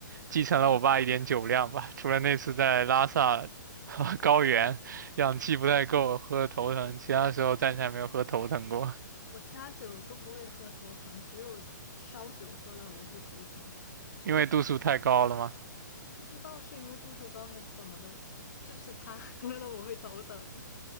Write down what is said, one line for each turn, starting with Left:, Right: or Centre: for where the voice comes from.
Right: 继承了我爸一点酒量吧。除了那次在拉萨 <laughs> 高原氧气不太够喝的头疼，其他时候暂时还没有喝头疼过，
Left: 我其他酒都不会喝头疼，只有烧酒喝了我会头疼，
Right: 因为度数太高了嘛。
Left: 不知道是因为度数高还是怎么的，就是它 <laughs> 喝了我会头疼。